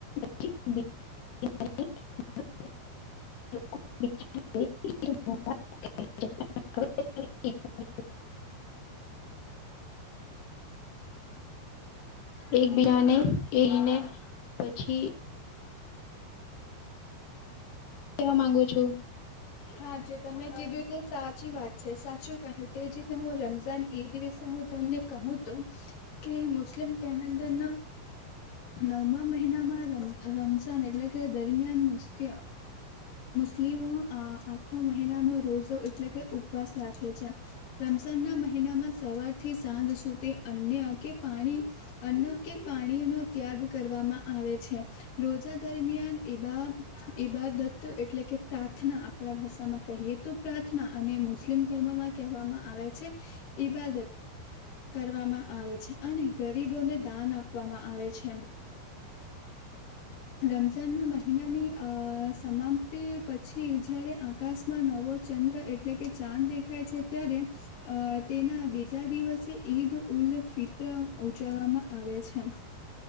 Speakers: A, on the left; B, on the left.
A: <inaudible> <inaudible> <inaudible> <inaudible> એક બિજાને <inaudible> <inaudible> એને પછી. કેવા માંગુ છું.
B: હા જે તમે કીધું તે સાચી વાત છે સાચું કહ્યું તે જે ત હું રમઝાન એ દિવસે હું તમને કહું તો કે મુસ્લિમ કેલેન્ડરના. નવમા મહિનામાં રમ રમઝાન એટલે દરમિયાન મુસ્કે મુસ્લિમો, આ આખો મહિના નો રોજો એટલે કે ઉપવાસ રાખે છે. રમઝાન ના મહિનામાં સવારથી સાંજ સુધી અન્ય કે પાણી. અન્ન કે પાણી નો ત્યાગ કરવામાં આવે છે. રોજા દરમિયાન ઈબા ઈબા દત એટલે કે પ્રા પ્રાર્થના આપણા ભાષા માં કહીએ તો પ્રાર્થના અને મુસ્લિમ ધર્મમાં કહેવામાં આવે છે, ઈબાદત કરવામાં આવે છે અને ગરીબોને દાન આપવામાં આવે છે એમ. રમઝાન ના મહિનાની અ સમાપ્તિ પછી જયારે આકાશ. માં નવો ચંદ્ર એટલે કે ચાંદ દેખાય છે ત્યારે, અ તેના બીજા દિવસે ઈદ ઉલ ફિત્ર ઉજવવામાં આવે છે.